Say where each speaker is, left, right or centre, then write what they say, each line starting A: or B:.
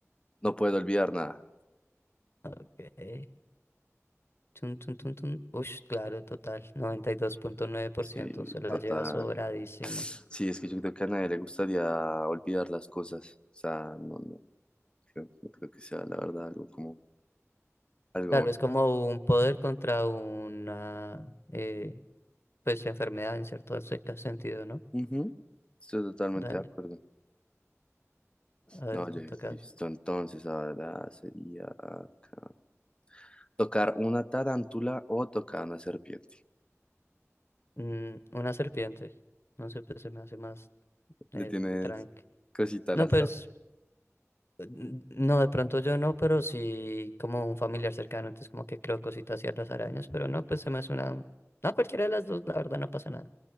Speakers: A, on the left; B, on the left.
A: no puedo olvidar nada.
B: Ok. Chun, chun, chun, chun. Ush, claro, total. noventa y dos punto nueve por
A: Sí,
B: ciento Se la
A: total.
B: lleva sobradísimo.
A: Sí, es que yo creo que a nadie le gustaría olvidar las cosas. O sea, no, no, creo, no creo que sea la verdad algo como algo.
B: Claro, es como un poder contra una eh, pues enfermedad en cierto se- sentido, ¿no?
A: bueno. Ujú, Estoy totalmente
B: Dale.
A: de acuerdo.
B: A ver,
A: No,
B: te
A: yo
B: toca.
A: listo. Entonces, ahora sería acá. Tocar una tarántula o tocar una serpiente.
B: Mm, una serpiente. No sé, pues se me hace más eh,
A: Le tienes
B: tranqui.
A: cosita
B: No,
A: a las
B: pues
A: tar-
B: No, de pronto yo no, pero sí como un familiar cercano, entonces como que creo cositas así a las arañas, pero no, pues se me hace una... No, cualquiera de las dos, la verdad no pasa nada.